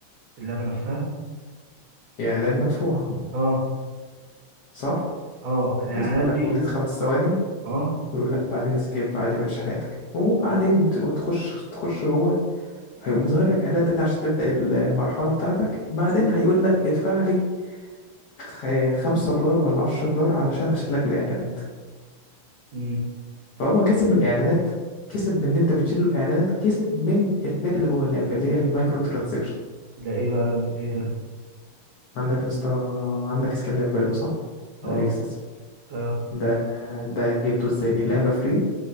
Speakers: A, on the right; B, on the left.
A: اللعبة نفسها
B: إعلان مدفوع
A: اه
B: صح؟
A: اه الاعلانات
B: يظهر لك
A: دي
B: مدة خمس ثواني
A: اه
B: ويقول لك بعدين سكيب عادي وعيش حياتك وبعدين
A: بز-
B: ت- وتخش تخش جوه هيقوم مظهر لك إعلان تاني عشان تبدأ المرحلة بتاعتك بعدين هيقول لك ادفع لي خ- خمسة دولار ولا عشرة دولار علشان أشد لك الإعلانات
A: مم.
B: فهو كسب من الاعلانات كسب من ان انت بتشيل الاعلانات كسب من الحاجات اللي جوه اللعبه اللي هي المايكرو ترانزكشن
A: ده ايه بقى ايه ده
B: عندك يا اسطى عندك سكن فيرو صح ده
A: اه
B: ريكسس
A: اه
B: ده ده جبته ازاي اللعبه فري